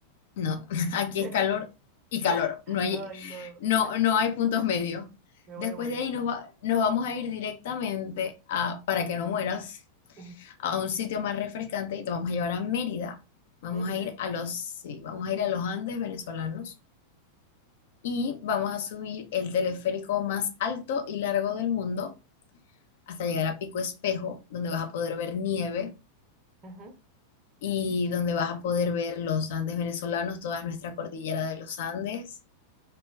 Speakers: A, on the left; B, on the right.
A: no, <laughs> aquí
B: <laughs>
A: es calor y calor, no hay,
B: Ay, no,
A: no, no hay puntos medios.
B: me voy
A: Después
B: a morir.
A: de ahí nos va- nos vamos a ir directamente a Para que no mueras,
B: Ujú.
A: a un sitio más refrescante y te vamos a llevar a Mérida. Vamos
B: Mérida.
A: a ir a los, sí, vamos a ir a los Andes venezolanos y vamos a subir el teleférico más alto y largo del mundo hasta llegar a Pico Espejo, donde vas a poder ver nieve
B: Ujú.
A: y donde vas a poder ver los Andes venezolanos, toda nuestra cordillera de los Andes.